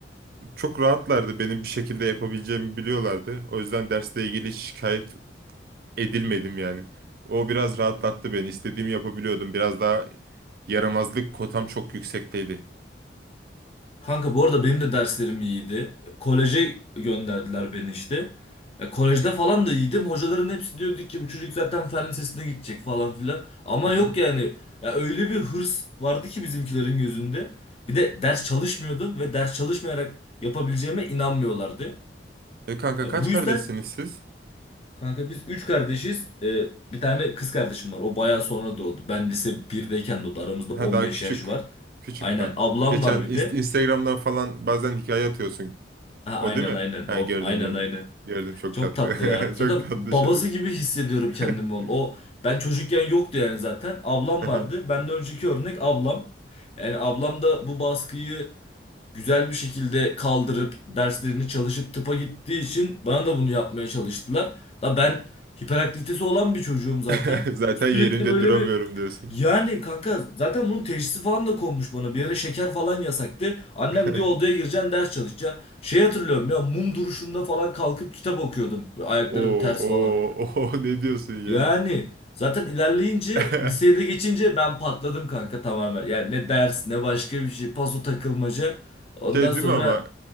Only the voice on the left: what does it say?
Kanka bu arada benim de derslerim iyiydi. Koleje gönderdiler beni işte. E, kolejde falan da iyiydim. Hocaların hepsi diyordu ki bu çocuk zaten fen lisesine gidecek falan filan. Ama
yok yani. Ya öyle bir hırs vardı ki bizimkilerin gözünde. Bir de ders çalışmıyordum ve ders çalışmayarak yapabileceğime inanmıyorlardı.
E,
bu
yüzden
kanka biz üç kardeşiz. E, bir tane kız kardeşim var. O bayağı sonra doğdu. Ben lise birdeyken doğdu. Aramızda
15
yaş var.
Aynen
ablam
var bir
de.
Ha,
aynen
aynen
o
aynen
aynen.
Çok
tatlı ya. Zaten
babası
gibi hissediyorum kendimi
onun. O ben çocukken yoktu yani zaten. Ablam
vardı.
Benden önceki örnek ablam. Yani ablam da bu baskıyı güzel bir şekilde kaldırıp derslerini çalışıp tıpa gittiği için bana da bunu yapmaya çalıştılar. Da ben hiperaktivitesi olan bir çocuğum zaten.
Sürekli böyle
bir
yani kanka zaten bunun teşhisi falan da konmuş bana. Bir ara şeker falan yasaktı. Annem
diyor odaya gireceksin ders çalışacaksın. Şey hatırlıyorum ya mum duruşunda falan kalkıp kitap okuyordum. Ayaklarım
ters
falan.
Yani
zaten ilerleyince
liseye de geçince ben patladım kanka tamamen. Yani ne ders ne başka bir şey. Paso takılmaca. Ondan
sonra